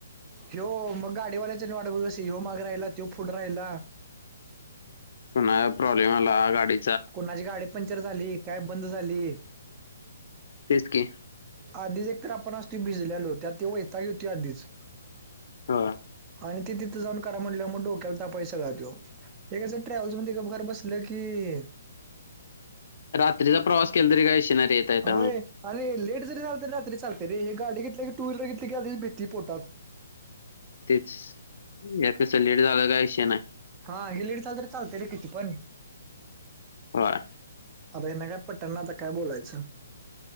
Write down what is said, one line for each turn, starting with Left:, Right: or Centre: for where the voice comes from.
Right: ह्य मग गाडीवाल्याचा वाढवस हो माग राहिला तो फ पुढ राहिला.
Left: कोणा प्रॉब्लेम आला गाडी.
Right: कोणाची गाडी पंचर झाली काय बंद झाली.
Left: तेच की.
Right: आधीच एक तर आपण असतो भिजलेलोत ते वैतागे येतोय आधीच.
Left: हो का.
Right: आणि ते तिथं जाऊन करा म्हटलं मग डोक्याला ताप आहे सगळं त्यो हे कस ट्रॅव्हल्स मध्ये गप गार बसला की. की.
Left: रात्रीचा प्रवास केला तरी काय विशय नाही रे येत यता.
Right: होय आणि लेट जरी झालं तरी रात्री चालते र हे गाडी घेतली टू व्हीलर घेतली की आधीच भीती पोटात.
Left: तेच यात कसं लेट झालं का विषय नाही.
Right: हा हे लेट झाल तर चालते रे किती पण.
Left: होय.
Right: या नगात पटणना आता काय बोलायचं.